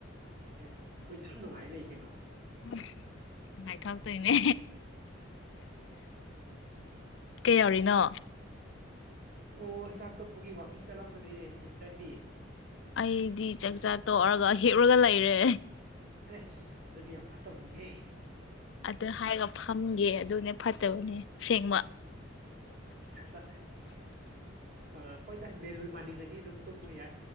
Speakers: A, on the right; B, on the left.
A: ꯑꯦꯁ ꯑꯩꯈꯣꯏꯗꯤ ꯑꯗꯨꯝ ꯅꯨꯡꯉꯥꯏ ꯂꯩ ꯀꯩꯅꯣ
B: ꯎ ꯅꯨꯡꯉꯥꯏꯊꯣꯔꯛꯇꯣꯏꯅꯦ ꯀꯩ ꯌꯥꯎꯔꯤꯅꯣ
A: ꯑꯣ ꯁ ꯇꯣꯛꯄꯒꯤ ꯋꯥꯀꯤꯡ ꯆꯠꯂꯝꯕꯅꯦ ꯁꯤꯁꯇꯔꯗꯤ
B: ꯑꯩꯗꯤ ꯆꯥꯛꯆꯥ ꯇꯣꯛꯔꯒ ꯍꯦꯛꯞꯔꯒ ꯂꯩꯔꯦ
A: ꯑꯦꯁ ꯑꯗꯨꯗꯤ ꯌꯥꯝ ꯐꯠꯇꯕꯅꯤꯍꯦ
B: ꯑꯗꯨ ꯍꯥꯏꯔꯒ ꯐꯝꯒꯦ ꯑꯗꯨꯅꯦ ꯐꯠꯇꯕꯅꯦ ꯁꯦꯡꯕ
A: ꯑꯆꯥ ꯑ ꯍꯣꯏꯗ ꯚꯦꯂꯨꯟ ꯃꯥꯅꯤꯡꯉꯗꯤ ꯑꯗꯨꯝ ꯇꯨꯝꯃ ꯌꯥꯏ